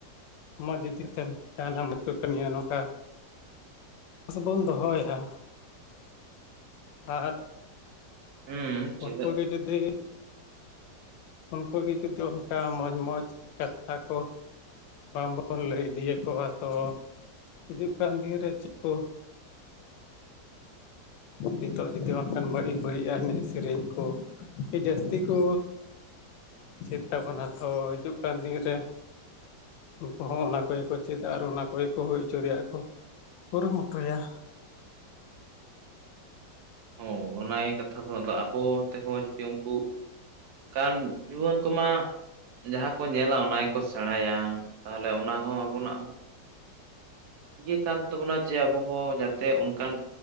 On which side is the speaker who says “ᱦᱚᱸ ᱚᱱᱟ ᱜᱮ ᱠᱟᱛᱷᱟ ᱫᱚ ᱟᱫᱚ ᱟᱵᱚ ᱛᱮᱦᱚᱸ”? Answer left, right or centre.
Right